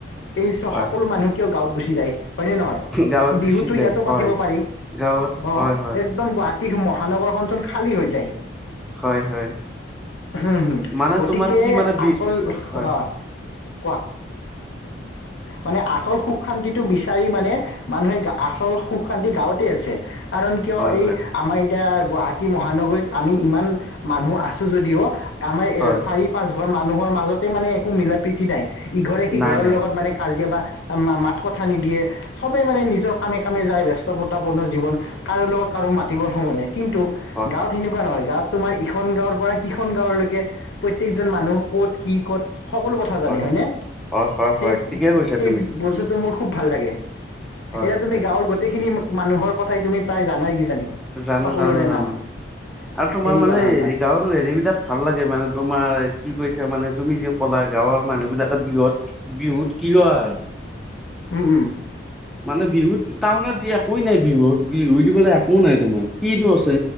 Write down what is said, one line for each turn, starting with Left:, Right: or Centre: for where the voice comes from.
Left: এই
Centre: হয়
Left: সকলো মানুহ কিয় গাঁৱত গুচি যায়? হয়নে নহয়,
Centre: গাঁৱত
Left: বিহুতো
Centre: গুচি যায়
Left: ইয়াতো
Centre: হয়
Left: পাতিব পাৰি
Centre: গাঁৱত
Left: অ'
Centre: হয় হয়
Left: একদম গুৱাত মহানগৰখনচোন খালী হৈ যায়।
Centre: হয় হয়
Left: উম হম,
Centre: মানে
Left: গতিকে
Centre: তোমাৰ কি মানে বি
Left: আচল
Centre: হয়
Left: আহ, কোৱা মানে আচল সুখ শান্তিটো বিচাৰি মানে, মানুহে আচল সুখ শান্তি গাঁৱতে আছে। কাৰণ কিয়
Centre: হয়
Left: এই
Centre: হয়
Left: আমাৰ এতিয়া গুৱাহাটী মহানগৰীত আমি ইমান মানুহ আছো যদিও আমাৰ
Centre: হয়
Left: চাৰি প ধৰ মানুহৰ মাজতে মানে একো মিলা প্ৰীতি নাই ইঘৰে সিঘৰৰ
Centre: নাই নাই
Left: লগত মানে কাজিয়া বা মাত কথা নিদিয়ে সবে মানে নিজৰ কামে কামে যায় বস্ততাপূৰ্ণ জীৱন কাৰো লগত আৰু মাতিৰ সময় নাই। কিন্তু
Centre: হয়
Left: গাঁৱত সেনেকুৱা নহয় গাঁৱত তোমাৰ ইখন গাঁৱৰ পৰা সিখন গাঁৱ এজন মানুহ ক'ত কি ক'ত সকলো কথা জানে
Centre: হয়
Left: হয়নে?
Centre: হয় হয়
Left: সেই,
Centre: হয় ঠিকে কৈছা
Left: সেই
Centre: তুমি
Left: বস্তুটো মোৰ খুব ভাল লাগে।
Centre: হয়
Left: <inaudible> এতিয়া তুমি
Centre: হয়
Left: গাঁৱৰ গোটেইখিনি মানুহৰ কথাই তুমি প্ৰায় জানাই কিজানি,
Centre: জানো
Left: সকলোৰে
Centre: জানো জানো
Left: নাম।
Centre: আৰু তোমাৰ
Left: সেনেকুৱা
Centre: মানে
Left: ধৰণৰ
Centre: হেৰি গাঁৱৰ হেৰি বিলাক ভাল লাগে মানে তোমাৰ কি কৈছা মানে তুমি যি কলা গাঁৱৰ মানুহ বিলাকে বিহত বিহুত কিয় আহে
Left: উম উম
Centre: মানে বিহুত টাউনত একোৱেই নাই বিহুত বিহুবুলি ক'লে একো নাই তোমাৰ কিটো আছে?